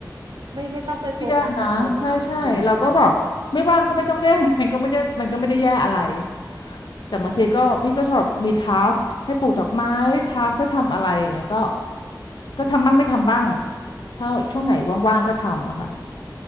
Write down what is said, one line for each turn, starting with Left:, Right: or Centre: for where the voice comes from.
Right: ไม่ไม่ต้องไปโฟกัสกับเขามากดีดี
Left: เครียดนะใช่ใช่เราก็บอกไม่ว่างก็ไม่ต้องเล่น <laughs> มันก็ไม่ได้มันก็ไม่ได้แย่อะไรแต่บางทีก็พี่ก็ชอบมีทาสให้ปลูกดอกไม้ทาสให้ทำอะไรอย่างเงี้ยก็ก็ทำบ้างไม่ทำบ้างถ้าช่วงไหนว่างๆก็ทำอะค่ะ